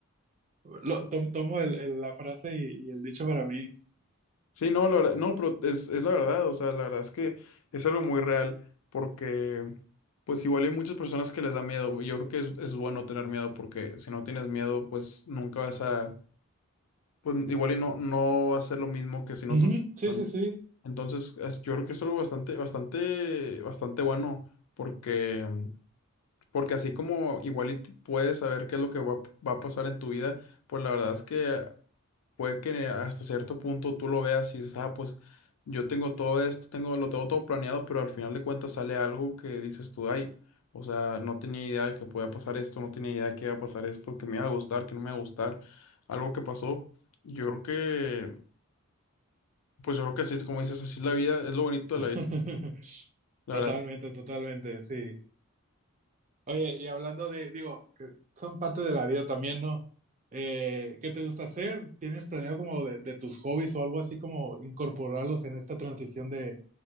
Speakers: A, on the right; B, on the left.
A: <laughs> lo- tom- tomo el- el- la frase y, y el dicho para mí.
B: Sí, no, la verdad, no, pero es, es la verdad, o sea, la verdad es que es algo muy real, porque pues igual hay muchas personas que les da miedo, yo creo que es, es bueno tener miedo, porque si no tienes miedo, pues nunca vas a, pues igual y no, no va a ser lo mismo que si no
A: Ujú,
B: tuvieras
A: Sí,
B: miedo.
A: sí, sí.
B: Entonces, es- yo creo que es algo bastante, bastante, bastante bueno, porque, porque así como igual y te- puedes saber qué es lo que va, va a pasar en tu vida, pues la verdad es que puede que hasta cierto punto tú lo veas y dices, ah, pues yo tengo todo esto, tengo, lo tengo todo planeado, pero al final de cuentas sale algo que dices tú, ay, o sea, no tenía idea de que podía pasar esto, no tenía idea de que iba a pasar esto, que me iba a gustar, que no me iba a gustar, algo que pasó. Yo creo que, pues yo creo que así, como dices, así es la vida, es lo bonito de
A: <laughs>
B: la vida, la
A: Totalmente,
B: verdad.
A: totalmente, sí. Oye, y hablando de, digo, que son parte de la vida también, ¿no? Eh, ¿qué te gusta hacer? ¿Tienes planeado como de, de tus hobbies o algo así como incorporarlos en esta transición de,